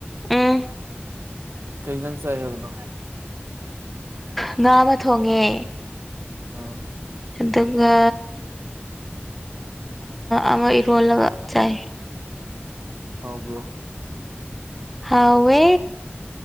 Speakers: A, in the centre; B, on the right.
A: ꯎꯝ
B: ꯀꯩꯖꯥꯡ ꯆꯥꯏ ꯍꯥꯏꯕꯅꯣ
A: ꯉꯥ ꯑꯃꯥ ꯊꯣꯡꯉꯦ
B: ꯑ
A: ꯑꯗꯨꯒ ꯑꯃ ꯏꯔꯣꯜꯂꯒꯥ ꯆꯥꯏ
B: ꯍꯥꯎꯕ꯭ꯔꯣ
A: ꯍꯥꯎꯋꯦ